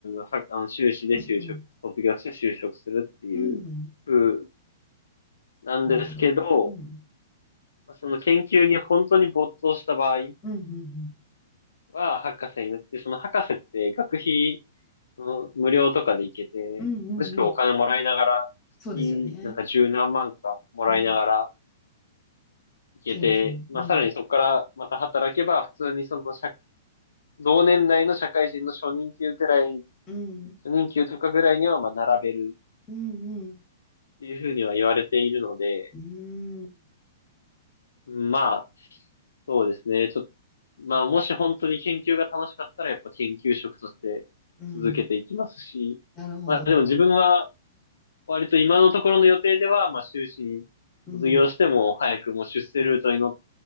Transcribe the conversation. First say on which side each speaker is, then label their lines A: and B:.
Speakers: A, on the left (about 65°); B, on the left (about 20°).
A: は、あの、修士で就職、
B: うんうん
A: 卒業して就職するっていう風
B: うん
A: なんですけど、
B: なるほど。うん
A: その研究に本当に没頭した場合
B: うんうん
A: は、博士になって、その博士って学費
B: うん
A: うん無料とかで行けて、
B: うんうんうん
A: むしろお金もらいながら、
B: そうですよね。
A: 月、なんか十何万かもらいながら
B: うん
A: 行けて、
B: 研究。
A: まあさらにそこからまた働けば、
B: うん
A: 普通にその社、同年代の社会人の初任給ぐらい、
B: うん
A: 初任給とかぐらいにはまあ並べる
B: うん
A: っていうふうには言われているので、
B: うんうん
A: うんまあ、そうですね。ちょっと、まあもし本当に研究が楽しかったらやっぱ研究職として続けていきますし、
B: うんなるほど。
A: まあでも自分は割と今のところの予定では、まあ、修士に
B: うん
A: 卒業しても、早くもう出世ルートに乗っ